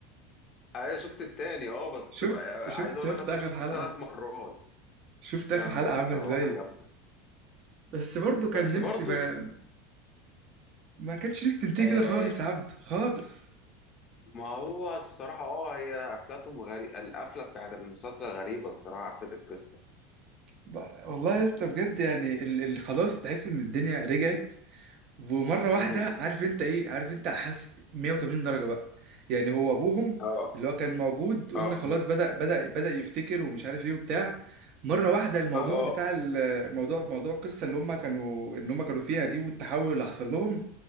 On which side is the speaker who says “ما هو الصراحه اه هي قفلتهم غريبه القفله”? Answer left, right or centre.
Left